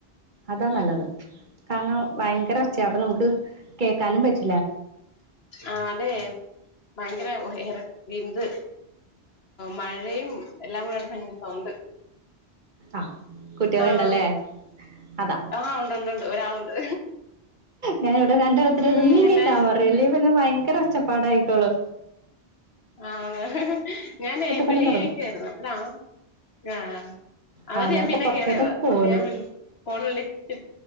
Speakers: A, on the right; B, on the left.
A: അതാ നല്ലത് കാരണം ഭയങ്കര ഒച്ചയ അപ്പൊ നമുക്ക് കേക്കാനും പറ്റ്
B: ആ അതെ ഭയങ്കര ഏറെ വിന്ത് മഴയും എല്ലാം കൂടെയായിട്ട് ഭയങ്കര സൗണ്ട്
A: ആഹ് കുട്ടികൾ
B: ആഹ്
A: ഇണ്ടല്ലേ അത
B: ആഹ് ഉണ്ട് ഉണ്ട് ഉണ്ട് ഒരാളുണ്ട്
A: ഞാൻ ഇവിടെ രണ്ടെണ്ണത്തിൻ്റെ
B: ഉം
A: അടുത്തും നീങ്ങിക്കാൻ
B: പിന്നെ
A: പറഞ്ഞു ഇല്ലേൽ പിന്നെ ഭയങ്കര ഒച്ചപ്പാട ആയിക്കോളു
B: ആഹ് ഞാനേ
A: ഇപ്പൊ
B: വെളിയിൽ
A: തന്നെ തുടങ്ങും
B: ഇരിക്കുവായിരുന്നു <unintelligible> ആ അന്നിട്ട്
A: ആ
B: ഞാൻ പിന്നെ
A: പുറത്തേക്ക്
B: കേറിയതാ
A: പോന്നു
B: അപ്പൊ ഞാൻ വിളി കോള് വിളി ച്ച്